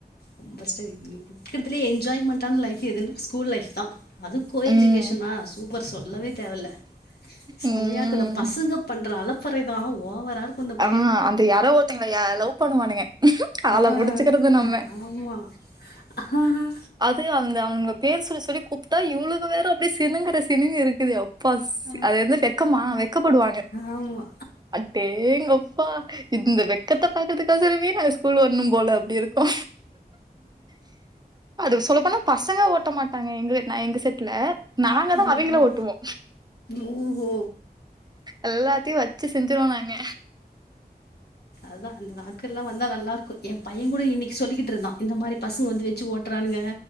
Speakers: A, on the left (about 75°); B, on the right (about 25°).
A: ரொம்ப கஷ்ட இருக்கிறதுலே என்ஜாய்மெண்டான லைஃப் எதுன்னு ஸ்கூல் லைஃப் தா அது கோ எஜிகேஷனா
B: உம்
A: சூப் ப்ப சொல்லவே தேவல செமையா
B: ம்.
A: இருக்கு இந்த பசங்க பண்ற அளப் ஃப்ரீதாவ் ஓவரா இருக்கு இந்தப்
B: ஆ அந்த யாரொ ஒருத்தங்களா லவ் பண்ணுவானுங்க ஆள
A: ஆஹ்
B: புடிச்சுக்கறது நம்ம
A: ஆமா ஆஹ்
B: அது அந்த அவங்க பேர் சொல்லி சொல்லி கூப்டா இவுளுங்க வேற அப்டே சினுங்கற சினிங்கு இருக்குதே அப் பஸ்
A: ஆ
B: அது வந்து வெக்கமா வெக்கப்படுவாங்க
A: ஆமா
B: அட்டேங்கப்பா இந்த வெக்கத்த பாக்கறதுக்கோசரமே நாங்க ஸ்கூ கூலுவர்ணும் போல அப்டி இருக்கு அது சொல்ல போனா பசங்க ஓட்ட மாட்டாங்க எங்க நா எங்க செட் ட்ல நாங்க தா
A: ம்
B: அவிங்கள ஓட்டுவோ
A: ஓஹோ
B: எல்லா டி வச்சு செஞ்சிருவோ நாங்க
A: அதா அந்த நாட்கள்லா வந்தா நல்லா இருக்கு என் பையன் கூட இன்னிக்கி சொல்லிகிட்ருந்தா இந்த மாரி பசுவ்வ வந்து வெச்சு ஓட்றானுங்க